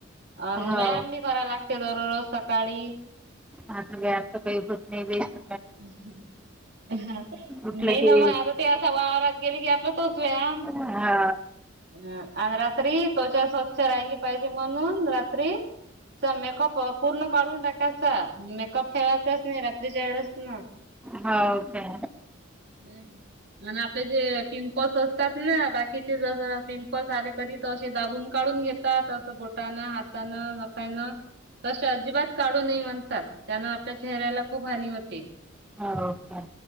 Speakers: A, on the right (about 55°); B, in the centre.
A: अ
B: हो
A: व्यायाम बी कराय लागते दररोज सकाळी.
B: आता व्यायाम सकाळी उठते बेत.
A: <unintelligible> नाही
B: उठलं
A: ना
B: की
A: म आता ते असा वावरात गेले की आपला तोच व्यायम.
B: हा
A: ह आणि रात्री त्वच्या स्वच्छ राहिली पाहिजे म्हणून रात्री मेकअप पूर्ण काढून टाकायचा मेकअप ठेवायचाच नाही रात्रीच्या वेळेस. ना.
B: हो ओके.
A: हम्म. आणि आपले जे पिंपल्स असतात ना बाकीचे जस पिंपल्स आले कधी. त असे दाबून काढून घेतात असं बोटानं हातानं नकायनं. तसे अजिबात काढू नाही म्हनतात त्याना आपल्या चेहऱ्याला खूप हानी होते.
B: हाव का.